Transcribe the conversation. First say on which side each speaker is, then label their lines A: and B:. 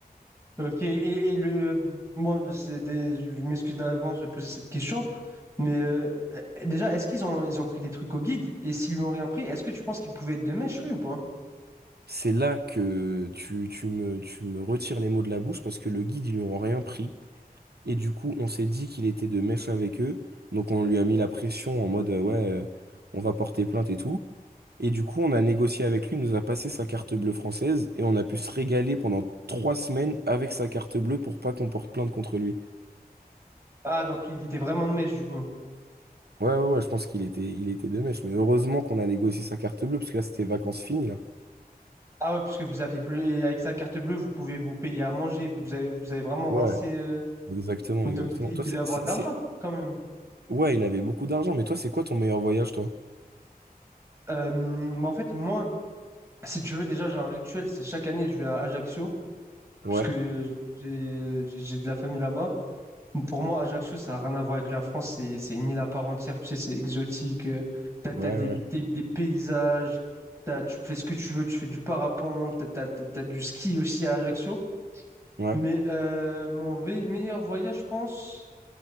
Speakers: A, on the right; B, on the right.
A: Ok, et, et le. Bon, c'est des... je m'excuse d'avance de poser cette question, mais euh, euh, déjà, est-ce qu'ils ont, ils ont pris des trucs au guide? Et s'ils lui ont rien pris, est-ce que tu penses qu'il pouvait être de mèche, lui, ou pas?
B: C'est là que tu, tu me, tu me retires les mots de la bouche parce que le guide, ils lui ont rien pris. Et du coup, on s'est dit qu'il était de mèche avec eux. Donc on lui a mis la pression en mode euh, ouais, euh, on va porter plainte et tout. Et du coup, on a négocié avec lui, il nous a passé sa carte bleue française et on a pu se régaler pendant trois semaines avec sa carte bleue pour pas qu'on porte plainte contre lui.
A: Ah, donc il était vraiment de mèche, du coup.
B: Ouais, ouais, ouais, je pense qu'il était, il était de mèche. Mais heureusement qu'on a négocié sa carte bleue parce que là, c'était vacances finies, là.
A: Ah ouais, puisque vous aviez plus. Et avec sa carte bleue, vous pouvez vous payer à manger. Vous avez, vous avez vraiment
B: Ouais,
A: rincé. euh,
B: exactement,
A: mais
B: exactement.
A: Donc, il, il
B: Toi,
A: devait
B: c'est,
A: avoir
B: c'est,
A: de l'argent
B: c'est-
A: quand même.
B: Ouais, il avait beaucoup d'argent, mais toi, c'est quoi ton meilleur voyage, toi?
A: Euh, mais en fait, moi, si tu veux, déjà, j'ai un rituel. C'est chaque année, je vais à Ajaccio.
B: Ouais,
A: Parce que j'ai j'ai de la famille là-bas. Donc, Pour moi, Ajaccio, ça n'a rien à voir avec la France. C'est c'est une île à part entière. Tu sais, c'est exotique. euh, T'as,
B: ouais,
A: t'as des,
B: ouais, ouais,
A: des, des paysages. T'as, tu fais ce que tu veux. Tu fais du parapente. T'as, t'as, t'as- t'as du ski aussi à Ajaccio.
B: ouais,
A: Mais euh, mon ve- meilleur voyage, je pense.